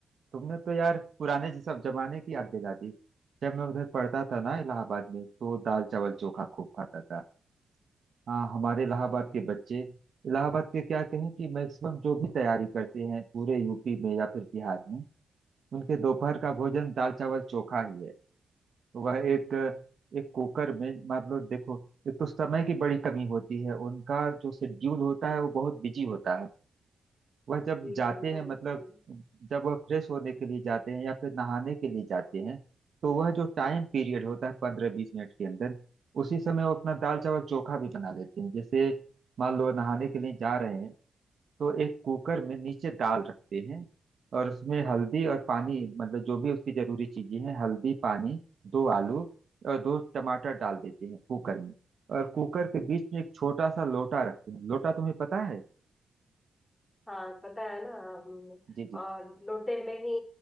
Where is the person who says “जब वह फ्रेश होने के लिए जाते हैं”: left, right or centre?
Right